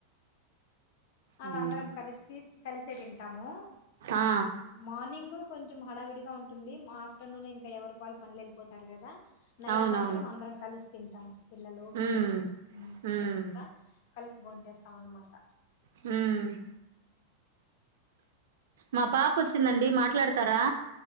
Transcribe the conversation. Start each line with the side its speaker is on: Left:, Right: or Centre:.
Left: ఆళ్ళందరం
Right: ఉమ్
Left: కలిస్తీ కలిసే దింటామూ
Right: ఆ
Left: మార్నింగు కొంచెం హడావిడిగా ఉంటుంది, మ ఆఫ్టర్నూన్ ఇంకా ఎవరుక్ వాళ్ పనులు ఎళ్ళిపోతారు గదా. నైట్
Right: అవునవును
Left: మాత్రం అందరం కలిసి తింటాం, పిల్లలు,
Right: హ్మ్
Left: మేము,
Right: హ్మ్
Left: మేమంతా. కలిస్ బోన్ చేస్సం అన్నమాట
Right: హూమ్ మా పాప ఒచ్చిందండి మాట్లాడతారా